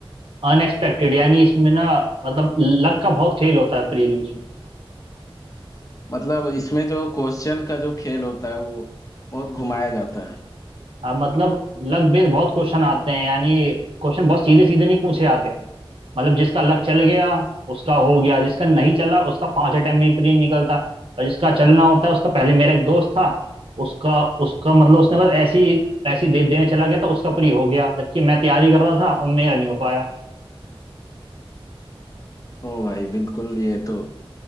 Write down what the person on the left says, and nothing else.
मतलब इसमें जो क्वेश्चन का जो खेल होता है वो बहुत घुमाया
जाता है
ओ भाई बिल्कुल ये तो